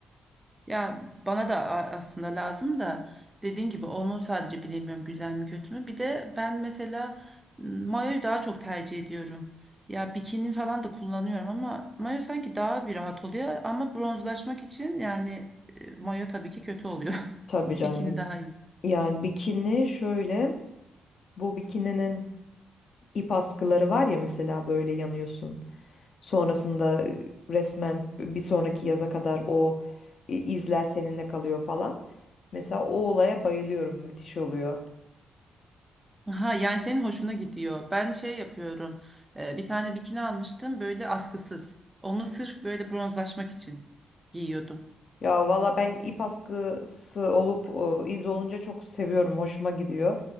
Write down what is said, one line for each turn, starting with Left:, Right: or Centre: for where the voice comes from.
Right: Ya bana da a- aslında lazım da dediğim gibi onu sadece bilemiyorum güzel mi kötü mü. Bir de ben mesela m, mayoyu daha çok tercih ediyorum. Ya bikini falan da kullanıyorum ama mayo sanki daha bir rahat oluyor. Ama bronzlaşmak için yani e, mayo tabii ki kötü oluyor.
Left: Tabii
Right: <laughs>
Left: canım.
Right: Bikini daha iyi.
Left: Yani bikini şöyle bu bikininin ip askıları var ya mesela böyle yanıyorsun. Sonrasında e, resmen bir sonraki yaza kadar o e, izler seninle kalıyor falan. Mesela o olaya bayılıyorum. Müthiş oluyor.
Right: Aha, yani senin hoşuna gidiyor. Ben şey yapıyorum. e, bir tane bikini almıştım böyle askısız. Onu sırf böyle bronzlaşmak için giyiyordum.
Left: Ya valla ben ip askısı olup o, iz olunca çok seviyorum. Hoşuma gidiyor.